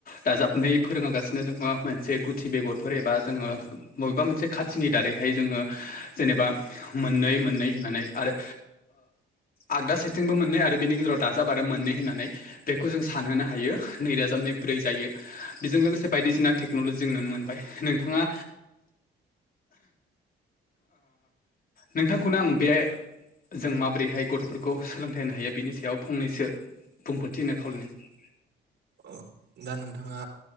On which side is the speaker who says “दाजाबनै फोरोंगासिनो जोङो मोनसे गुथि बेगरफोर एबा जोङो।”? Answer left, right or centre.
Left